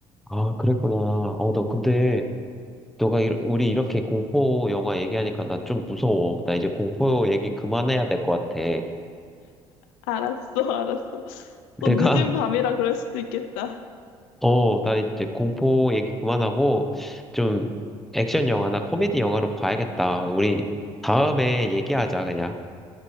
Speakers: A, in the centre; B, on the left (about 80°).
A: 아, 그랬구나. 어, 너 근데, 너가, 이, 우리 이렇게 공포 영화 얘기하니까 나 좀 무서워. 나 이제 공포 얘기 그만해야 될 것 같아.
B: 알았어, <laughs> 알았어. 또
A: 내가
B: 늦은 밤이라 그럴 수도 있겠다.
A: 어, 나 이제 공포 얘기 그만하고 좀 액션 영화나 코미디 영화로 봐야겠다. 우리 다음에 얘기하자, 그냥.